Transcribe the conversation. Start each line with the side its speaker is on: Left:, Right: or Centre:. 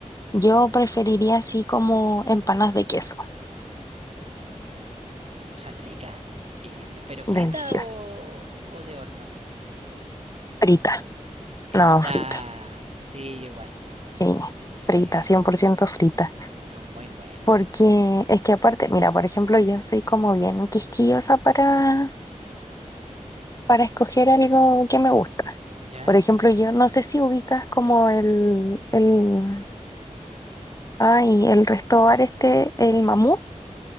Left: Yo preferiría así como empanas de queso.
Right: Son ricas, sí. le- ¿Pero frita
Left: Delicioso.
Right: o, o de horno?
Left: Frita.
Right: Esa,
Left: No, frita.
Right: sí, yo igual.
Left: Sí, frita,
Right: Sí,
Left: 100% frita.
Right: son muy buenas.
Left: Porque es que aparte, mira, por ejemplo, yo soy como bien quisquillosa para, para escoger algo que me gusta.
Right: ¿Ya?
Left: Por ejemplo, yo no sé si ubicas como el, el, ay, el resto bar este, el Mamú.